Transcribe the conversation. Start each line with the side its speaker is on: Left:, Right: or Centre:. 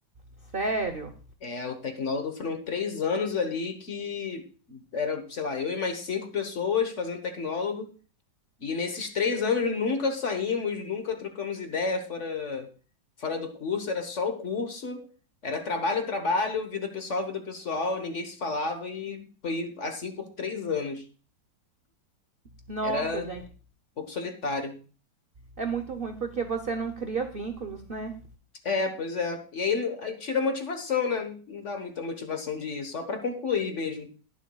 Right: Sério?
Left: É, o tecnólogo foram três anos ali que era, sei lá, eu e mais cinco pessoas fazendo tecnólogo. E nesses três anos nunca saímos, nunca trocamos ideia fora, fora do curso, era só o curso, era trabalho, trabalho, vida pessoal, vida pessoal, ninguém se falava e foi assim por três anos.
Right: Nossa,
Left: Era
Right: gente,
Left: um pouco solitário.
Right: é muito ruim porque você não cria vínculos, né?
Left: É, pois é. E aí, aí tira a motivação, né? Não dá muita motivação de ir, só para concluir mesmo.